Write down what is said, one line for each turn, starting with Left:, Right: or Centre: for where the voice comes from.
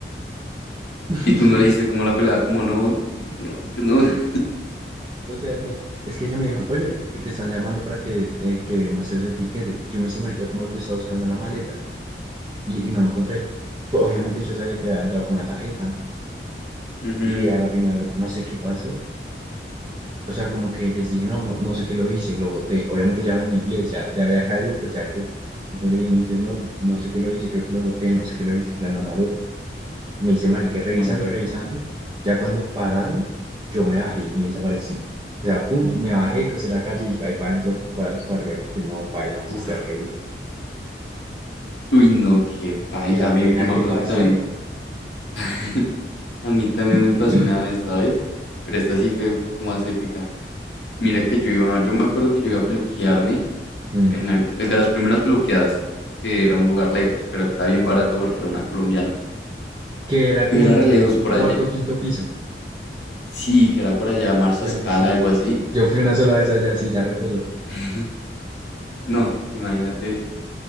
Right: <laughs>
Left: ¿Y tú no le dijiste cómo la pelada? Como no, dile que no, que no. <laughs>
Right: O sea, no. Es que ella me dijo, oye, te están llamando para que, eh, que muestres el tiquete. Yo me hice marica como lo que estaba buscando en la maleta y, y no lo encontré. Pues, obviamente yo sabía que había entrado con la tarjeta, ¿no?
Left: Ujú.
Right: Y a la final no sé qué pasó. O sea, como que les dije, no, no, no sé qué lo hice, lo boté. Obviamente ya hablan en inglés, ya, ya había caído, pues ya que... Entonces le dije en inglés, no, pues, no sé qué lo hice, creo que lo boté, no sé qué lo hice, en la maleta. Y me dice, marica, revisando,
Left: Oh my God.
Right: revisando. Ya cuando pararon, yo me bajé y me desaparecí. O sea, pum, me bajé, crucé la calle y ahí para adentro, cuadras para arriba, porque no, paila más
Left: Uf.
Right: su cerebro.
Left: Uy, no, qué paila.
Right: Y la
Left: A mí,
Right: pena
Left: yo me
Right: que
Left: acuerdo
Right: pasé,
Left: que también, <laughs> a mí también
Right: <clears throat>
Left: me pasó una vez, ¿sabes? Pero esta sí fue un poco más épica. Mira que yo iba, yo me acuerdo que yo iba a peluquearme
Right: mm,
Left: en algún, es de las primeras peluqueadas que era un lugar lejos, pero que era bien barato porque era una colombiana.
Right: que era como
Left: Y era
Right: en un,
Left: re lejos
Right: un
Left: por
Right: cuarto
Left: allí.
Right: o quinto piso.
Left: Sí, que era por allá Marsa
Right: Yo,
Left: Scala,
Right: sí,
Left: algo
Right: sí,
Left: así.
Right: sí. Yo fui una sola vez allá, sí, ya recuerdo.
Left: <laughs> No, imagínate,